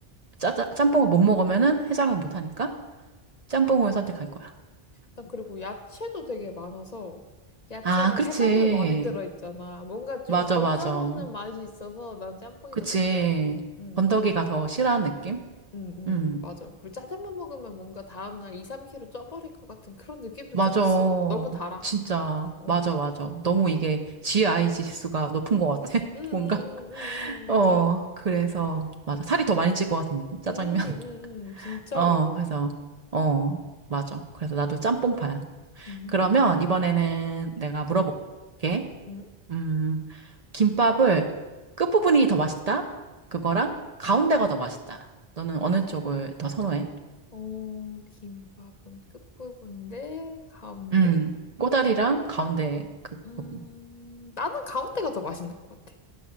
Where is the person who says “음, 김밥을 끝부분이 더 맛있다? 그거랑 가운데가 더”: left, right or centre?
Right